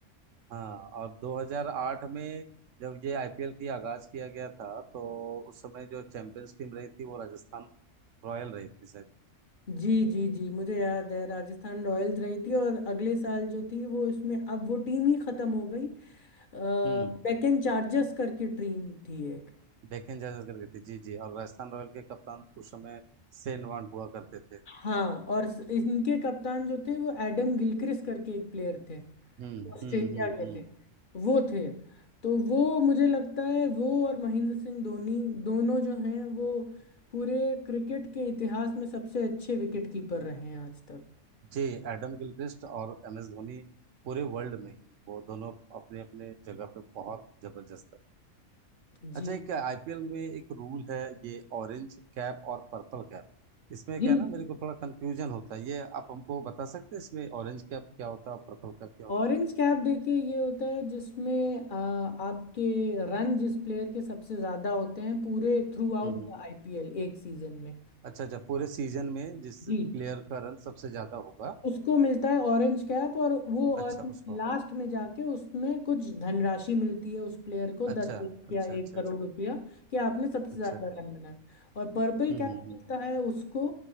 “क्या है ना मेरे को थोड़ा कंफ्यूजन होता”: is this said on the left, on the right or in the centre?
Right